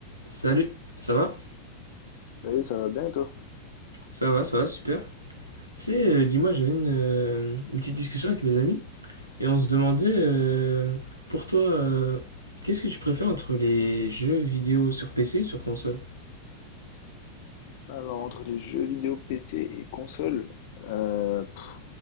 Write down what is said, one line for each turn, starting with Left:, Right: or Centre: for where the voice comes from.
Right: Salut, ça va
Left: Salut, ça va bien et toi?
Right: Ça va, ça va, super. Tu sais, euh, dis-moi, j'avais une, euh, une petite discussion avec mes amis et on se demandait, euh, pour toi, euh, qu'est-ce que tu préfères entre les jeux vidéo sur PC et sur console
Left: Alors, entre les jeux vidéo PC et console, euh, pff,